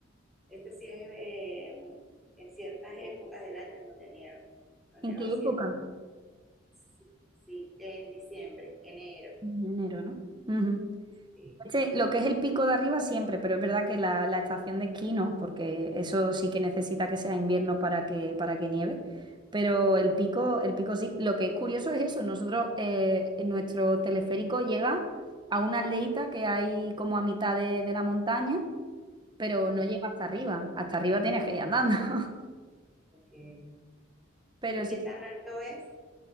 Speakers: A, in the centre; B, on the right (about 25°).
A: Este sí es eh, en ciertas épocas del año en donde nieva, no nieva
B: ¿en qué
A: siempre.
B: época?
A: Sí, sí, en diciembre, enero.
B: En enero, ¿no? Ujú.
A: Sí,
B: Este- lo que es el pico de arriba siempre, pero es verdad que la, la estación de esquí no, porque eso sí que necesita que sea invierno para que, para que nieve. Pero el pico, el pico sí. Lo que es curioso es eso. Nosotros, eh, en nuestro teleférico llega a una aldeita que hay como a mitad de, de la montaña, pero no llega hasta arriba. Hasta arriba tienes que ir andando. <laughs>
A: okay.
B: Pero
A: ¿Y
B: sí,
A: qué tan alto es?